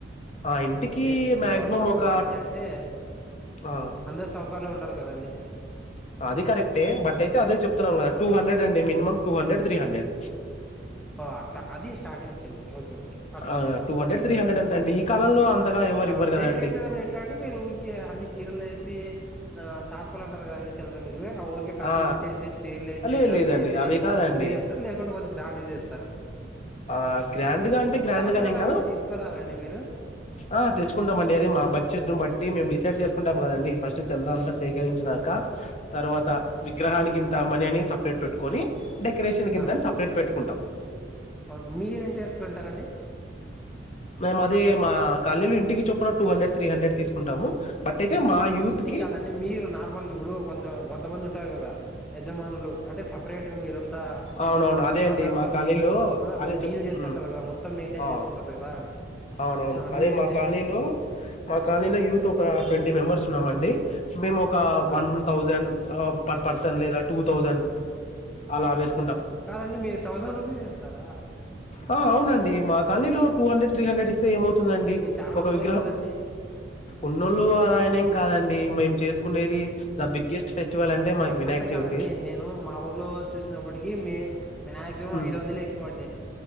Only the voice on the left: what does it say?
ఆ ఇంటికి
మాక్సిమం
ఒక
ఆ
అది కరెక్టే బట్ అయితే అదే చెప్తున్నాం కదా టూ హండ్రెడ్ అండి minimum two hundred three hundred
ఆ టూ హండ్రెడ్ త్రీ హండ్రెడ్ ఎంత అంటే ఈ కాలంలో అంతగా ఎవరు
ఇవ్వరు కదండి
ఆ
లేదు
లేదండి అవి కాదండి
ఆ గ్రాండ్గా అంటే గ్రాండ్గానేం
కాదు
ఆ తెచ్చుకుంటామండి అది మా బడ్జెట్ ను బట్టి మేము డిసైడ్ చేసుకుంటాం కదండి ఫస్ట్ చంద అంతా సేకరించినాక
తర్వాత
విగ్రహానికి ఇంత మనీ అని సపరేట్ పెట్టుకొని డెకరేషన్ కింతని
సపరేట్ పెట్టుకుంటాం
మేము అదే మా కాలనీలు ఇంటికి చొప్పున టూ హండ్రెడ్ త్రీ హండ్రెడ్ తీసుకుంటాము బట్ అయితే మా యూత్
కి
అవునవును
అదే
అండి మా కాలనీలో
అదే
చెప్
మ్
ఆ
అవునవును
అదే
మా కాలనీలో
మా కాలనీలో యూత్ ఒక ట్వంటీ మె మెంబర్స్ ఉన్నాండి మేము ఒక
వన్ థౌసండ్ పర్ పర్సన్ లేద టూ థౌజండ్ అలావేస్
ఆ అవునండి మా కాలనీలో టూ హండ్రెడ్ త్రీ
హండ్రెడ్ ఇస్తే ఏమవుతుందండి
ఒక
విగ్రహం
ఉన్నోళ్ళు అలాయనేం కాదండి మేము చేసుకు కునేది ద బిగ్గెస్ట్ ఫెస్టివల్ అంటే మా వినాయక
చవితి
ఉమ్